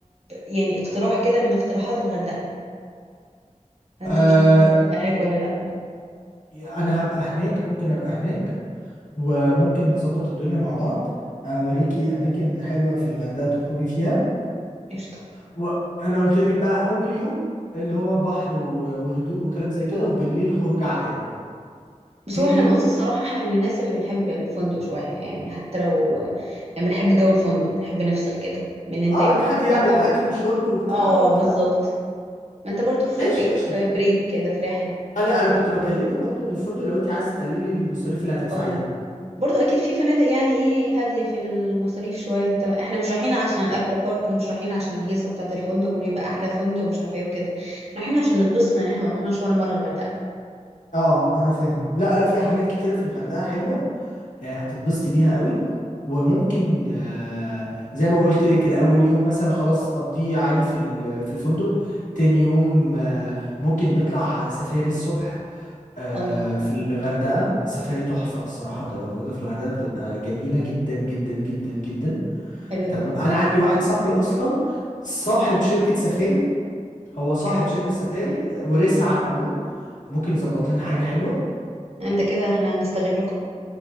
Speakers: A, on the right (about 55°); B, on the left (about 80°).
A: يعني اقتراح كده من الاقتراحات الغردقه انت
B: آه
A: مش عارف انت هتبقى هناك ولا لا
B: انا هبقى هناك ممكن ابقى هناك وممكن نظبط الدنيا مع بعض اوريكي اماكن حلوه في الغردقه تخرجي فيها
A: قشطه
B: وانا قلت لك بقى اول يوم اللي هو بحر و- وهدوء وكلام زي كده
A: اه
B: وبالليل خروج عاديه
A: بس
B: تاني
A: هو احنا
B: يوم
A: بص الصراحه احنا من الناس اللي بنحب الفندق شويه يعني حتى لو يعني بنحب جو الفندق بنحب نفصل كده من ان انت
B: اه
A: يبقى
B: ان حد يعمل
A: او
B: اكل وشرب وبتاع
A: اه
B: وانت
A: بالظبط ما انت برضو في
B: ماشي
A: ايه
B: قشطه
A: في بريك كده في رحله
B: آه لا انا كنت بكلمك برضو ان الفندق لو انت عايزه تقللي المصاريف اللي هتدفعيها
A: اه برضو اكيد في فنادق يعني ايه هاديه في المصاريف شويه انت احنا مش رايحين عشان الاكوا بارك ومش رايحين عشان الهيصه بتاعه الفندق وان يبقى احلى فندق ومش عارفه ايه وكده رايحين عشان نتبسط لان احنا ما رحناش ولا مره الغردقه
B: اه انا فاهم لا لا فيها حاجات كتيرة في الغردقة حلوة آه، هتتبسطي بيها قوي وممكن آه، زي ما قلت لك كده اول يوم مثلا خلاص قضيه عادي في ال- في الفندق تاني يوم آه، ممكن نطلع سفاري الصبح آه،
A: الله
B: في الغردقة سفاري تحفة بصراحة بتبقى موجودة في الغردقة بتبقى جميلة جدا جدا جدا جدا
A: حلو
B: تمام
A: ده
B: انا عندي واحد صاحبي اصلا صاحب شركة سفاري هو صاحب
A: ايوه
B: شركة سفاري ورثها عن أبوه ممكن يظبط لنا حاجة حلوة
A: انت كده احنا هنستغلكم